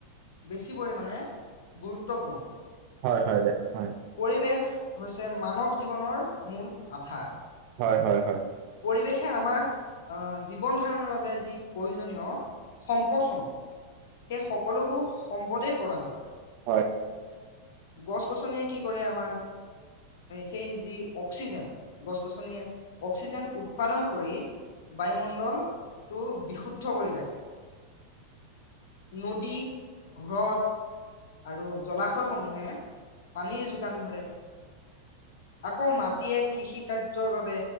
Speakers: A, on the left; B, on the right.
A: বেছি পৰিমাণে গুৰুত্বপূৰ্ণ
B: হয় হয় দে হয়।
A: পৰিৱেশ। মানৱ জীৱনৰ মূল আধাৰ।
B: হয় হয় হয়
A: পৰিৱেশে আমাক যি জীৱন ধাৰণৰ বাবে যি প্ৰয়োজনীয়। সম্পদসমূহ সেই সকলোবোৰ সম্পদেই প্ৰদান কৰে।
B: হয়
A: গছ। গছ গছনিয়ে কি কৰে আমাক সেই যি অক্সিজেন গছ গছনিয়ে। অক্সিজেন উৎপাদন কৰি বায়ুমণ্ডলটো বি শুদ্ধ কৰি ৰাখে নদী হ্ৰদ আৰু জলাশয়সমূহে পানীৰ যোগান ধৰে। আকৌ ম য়ে কৃষি কাৰ্যৰ বাবে